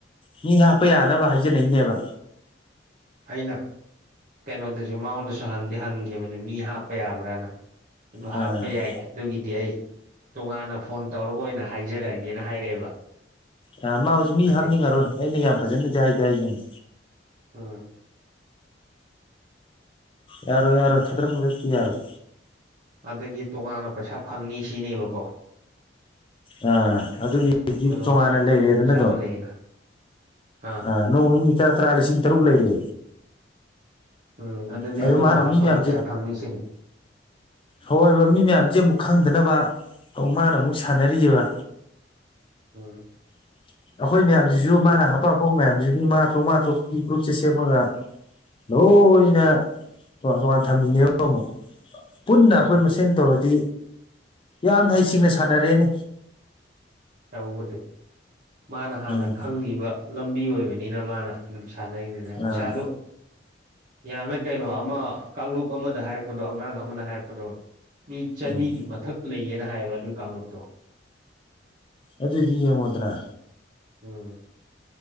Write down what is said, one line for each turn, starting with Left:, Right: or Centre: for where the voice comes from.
Left: ꯃꯤ ꯍꯥꯞꯄ ꯌꯥꯅꯕ ꯍꯥꯏꯖꯅꯩꯅꯦꯕ
Right: ꯑꯩꯅ ꯀꯩꯅꯣꯗꯁꯨ ꯃꯉꯣꯟꯗꯁꯨ ꯍꯪꯗꯤ ꯍꯪꯈꯤꯕꯈꯤꯕꯅꯦ ꯃꯤ ꯍꯥꯞꯄ ꯌꯥꯕ꯭ꯔꯥꯅ ꯑꯗꯨ
Left: ꯑꯥ
Right: ꯍꯥꯞꯄ ꯌꯥꯏ ꯍꯥꯏ ꯑꯗꯨꯒꯤꯗꯤ ꯑꯩ ꯇꯣꯉꯥꯟꯅ ꯐꯣꯟ ꯇꯧꯔꯒ ꯑꯣꯏꯅ ꯍꯥꯏꯖꯔꯛꯑꯒꯦꯅ ꯍꯥꯏꯔꯛꯑꯦꯕ
Left: ꯑ ꯃꯥ ꯍꯧꯖꯤꯛ ꯃꯤ
Right: ꯑꯗꯒꯤ
Left: ꯍꯥꯞꯅꯤꯡꯉꯔꯣꯏ ꯑꯩꯅ ꯌꯥꯝ ꯐꯖꯅꯗꯤ ꯍꯥꯏꯗꯤ ꯍꯥꯏꯒꯦꯅꯤ
Right: ꯎꯝ
Left: ꯌꯥꯔꯣꯏ ꯌꯥꯔꯣꯏ ꯈꯥꯗꯔꯛ ꯃꯥꯗꯔꯛꯇꯤ ꯌꯥꯔꯣꯏ
Right: ꯑꯗꯒꯤ ꯇꯣꯉꯥꯟꯅ ꯄꯩꯁꯥ ꯐꯪꯅꯤ ꯁꯤꯅꯦꯕꯀꯣ
Left: ꯑꯥ ꯑꯗꯨꯒꯤꯗꯤ
Right: ꯈꯨꯗꯣꯡ
Left: ꯇꯣꯉꯥꯟꯅ ꯂꯩꯔꯦꯗꯅ
Right: ꯈꯨꯗꯣꯡ ꯆꯥꯕ ꯂꯩꯌꯦꯅ ꯑꯥ
Left: ꯑ ꯅꯣꯡꯃ ꯃꯤ ꯇꯔꯥ ꯇꯔꯥ ꯂꯤꯁꯤꯡ ꯇꯔꯨꯛ ꯂꯩꯔꯦ
Right: ꯎꯝ ꯑꯗꯨꯅꯦ
Left: ꯑꯗꯣ
Right: ꯑꯅꯧꯕ
Left: ꯃꯥꯅ
Right: ꯍꯥꯞꯄꯒꯤ
Left: ꯃꯤ ꯃꯌꯥꯝꯁꯦ
Right: ꯄꯩꯁꯥ ꯐꯪꯅꯤ ꯁꯤꯅꯤ
Left: ꯍꯣꯏꯕ ꯃꯤ ꯃꯌꯥꯝꯖꯦ ꯑꯃꯨꯛ ꯈꯪꯗꯅꯕ ꯃꯥꯅ ꯑꯃꯨꯛ ꯁꯥꯟ ꯔꯤꯕ
Right: ꯍꯣꯏ
Left: <inaudible> ꯑꯩꯈꯣꯏ ꯃꯌꯥꯝꯖꯤꯖꯨ ꯃꯥꯅ ꯍꯥꯞꯄꯥ ꯍꯥꯞꯄꯥ ꯃꯌꯥꯝꯁꯤꯁꯨ ꯃꯉꯥ ꯇꯔꯨꯛ ꯃꯉꯥ ꯇꯔꯨꯛ ꯒ꯭ꯔꯨꯞꯁꯦ ꯁꯦꯝꯃꯒ ꯂꯣꯏꯅ ꯇꯣꯉꯥꯟ ꯇꯣꯉꯥꯟ ꯊꯝꯕꯤꯅꯦꯕ ꯑꯃꯨꯛ ꯄꯨꯟꯅ
Right: ꯎꯝ
Left: ꯑꯩꯈꯣꯏ ꯃꯁꯦꯟ ꯇꯧꯔꯗꯤ ꯌꯥꯝꯅ ꯍꯩꯁꯤꯡꯅ ꯁꯥꯟꯅꯔꯦꯅꯦ
Right: ꯇꯧꯕꯗꯤ ꯃꯥꯅ ꯍꯥꯟꯅ
Left: ꯎꯝ
Right: ꯈꯪꯉꯤꯕ ꯂꯝꯕꯤ ꯑꯣꯏꯕꯅꯤꯅ ꯃꯥꯅ ꯑꯗꯨꯝ ꯁꯥꯟꯅꯩꯅꯦꯅ ꯄꯩꯁꯥꯗꯨ
Left: ꯑꯥ
Right: ꯌꯥꯝꯃꯦ ꯀꯩꯅꯣ ꯑꯃ ꯀꯥꯡꯂꯨꯞ ꯑꯃꯗ ꯍꯥꯏꯔꯛꯄꯗꯣ ꯑꯉꯥꯡ ꯑꯃꯅ ꯍꯥꯏꯔꯛꯄꯗꯣ ꯃꯤ ꯆꯅꯤꯒꯤ
Left: ꯎꯝ
Right: ꯃꯊꯛ ꯂꯩꯌꯦꯅ ꯍꯥꯏꯌꯦꯕ ꯑꯗꯨꯒꯤ ꯀꯥꯡꯂꯨꯞꯇꯣ
Left: ꯑꯗꯨꯗꯤ ꯌꯦꯡꯉꯣꯗꯅ
Right: ꯎꯝ